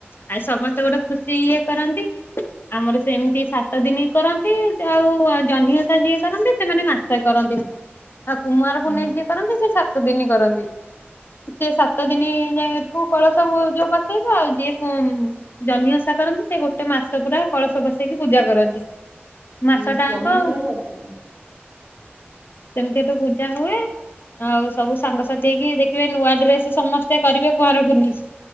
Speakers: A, on the left; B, on the right.
A: ଆଉ ସମସ୍ତେ ଗୋଟେ ଖୁସି ଇଏ କରନ୍ତି ଆମର ସେମିତି ସାତ ଦିନ କରନ୍ତି ଆଉ ଜହ୍ନିଓଷା ବି ଇଏ କରନ୍ତି ସେମାନେ ମାସେ କରନ୍ତି ନା କଣ? ଆଉ କୁମାର
B: ହୁଁ
A: ପୁନେଇ ଯିଏ କରନ୍ତି ସେ ସାତ ଦିନ କରନ୍ତି ସେ ସାତ ଦିନ ଯାଏଁ ଠୁ କଳସ ଉ ଯୋଉ ବସେଇବେ ଆଉ ଯିଏ ଉଁ ଜହ୍ନି ଓଷ ଓଷା କରନ୍ତି ସେ ଗୋଟେ ମାସ ପୁରା କଳସ ବସେଇକି ପୂଜା କରନ୍ତି। ମାସଟା
B: ହୁଁ ଚହ୍ନି
A: ଯାଙ୍କ
B: ପୂଜା
A: ହଁ
B: ସାତ ଦିନ
A: ସେମିତି ଗୋଟେ ପୂଜା ହୁଏ। ଆଉ ସବୁ ସାଙ୍ଗସାଥି ହେଇକି ଦେଖିବେ ନୂଆ ଡ୍ରେସ ସମସ୍ତେ କରିବେ କୁଆଁର ପୁନେଇକି।